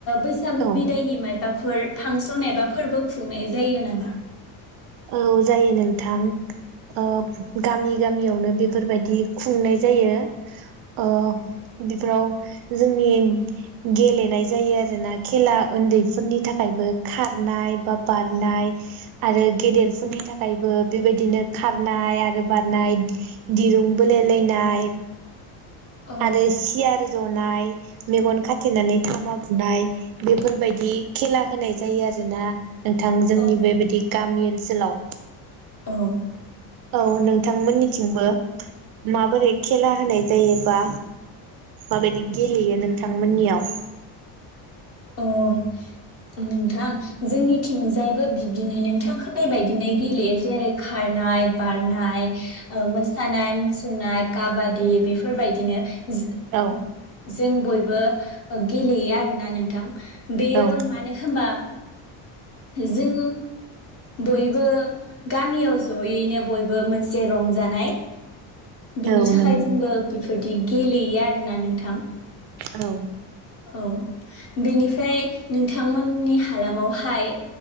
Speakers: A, on the left; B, on the right.
A: बैसागु
B: औ
A: बिदायनि माइबा फोर फांसन एबा फोरबो खुंनाय जायो नामा
B: औ जायो नोंथां ओ गामि गामियावनो बेफोरबायदि खुंनाय जायो ओ बेफोराव जोंनि गेलेनाय जायो आरोना खेला उन्दैफोरनि थाखायबो खारनाय बा बारनाय आरो गेदेरफोरनि थाखायबो बेबायदिनो खारनाय आरो बारनाय दिरुं बोलायलायनाय
A: औ
B: आरो सियार जनाय मेगन खाथेनानै थामा बुनाय बेफोरबायदि खेला होनाय जायो आरोना नोंथां जोंनि
A: औ
B: बेबायदि गाब गामि ओनसोलाव
A: औ
B: औ नोंथांमोननिथिंबो माबोरै खेला होनाय जायोबा माबायादि गेलयो नों थांमोननियाव
A: अ नोंथां जोंनिथिंजायबो बिब्दिनो नोंथां होनानाय बिदिनो गेलेयो जेरै खारनाय बारनाय ओ मोसानाय मुसुरनाय काबादि बेफोरबायदिनो <unintelligible>
B: औ
A: जों बयबो ओ गेलेयो आरोना नों थां बेयो
B: औ
A: मानो होनबा जों बयबो गामियाव जयैनो बयबो मोनसे रंजानाय बिनि
B: औ
A: थाखाय
B: नंगौ
A: जोंबो बिफोर दि गेलेयो आरोना नोंथां
B: औ
A: औ बेनिफ्राय नोंथांमोननि हालामावहाय